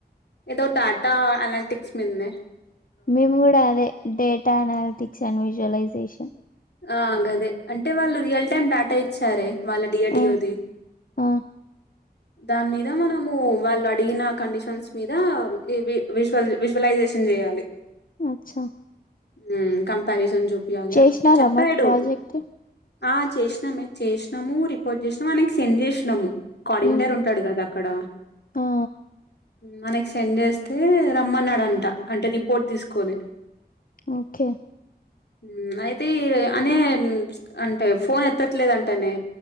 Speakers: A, on the left; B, on the left.
A: ఏదో టాటా అనాల్టిక్స్ మిల్మే
B: మేము గూడా అదే డేటా అనాలిటిక్స్ అన్విజ్వలైజేషన్
A: ఆ గదే అంటే వాళ్ళు రియల్ టైమ్ డాటా ఇచ్చారే వాళ్ళ డియో డియోది
B: ఆ ఆ
A: దాని మీద మనము వాళ్లు అడిగిన కండిషన్స్ మీద వివి విశ్వల్ విశ్వలైజేషన్ జేయాలి
B: అచ్చా
A: ఉమ్ కంపారిజన్ జూపియాలని
B: చేసినారా
A: చెప్పాడు
B: మరి ప్రాజెక్ట్
A: ఆ చేశ్నమే చేశ్నమూ రిపోర్ట్ జేశ్నాము అనేకి సెండ్ జేస్నాము కోడింటర్
B: మ్మ్
A: ఉంటడు గదా క్కడ
B: ఆ
A: మనకి సెండ్ జేస్తే రమ్మన్నడంట అంటే రిపోర్ట్ దీస్కొని
B: ఓకే
A: ఉమ్ అయితే అనే అంటే ఫోన్ ఎత్తట్లేదంటనే